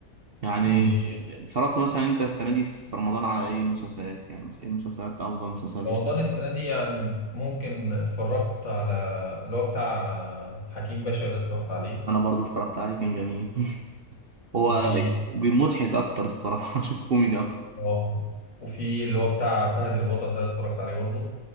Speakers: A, on the right (about 50°); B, on the left (about 50°).
A: يعني
B: امم
A: اتفرجت مثلا أنت السنة دي في رمضان على إيه مسلسلات يعني إيه المسلسلات أفضل مسلسل بالنسبة
B: رمضان
A: لك؟
B: السنة دي يعني ممكن اتفرجت على اللي هو بتاع حكيم باشا ده اتفرجت عليه
A: أنا برضو اتفرجت عليه كان جميل <laughs> هو
B: وفي
A: بمضحك أكتر الصراحة <laughs> أشوف كوميدي أكتر
B: اه وفي اللي هو بتاع فهد البطل ده اتفرجت عليه برضه